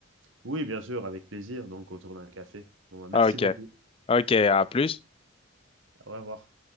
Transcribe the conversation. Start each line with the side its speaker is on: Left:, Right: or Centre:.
Right: Oui, bien sûr, avec plaisir. Donc, autour d'un café. Bon, bah, merci
Left: Ah, Ok,
Right: beaucoup.
Left: ok, à plus.
Right: Au revoir.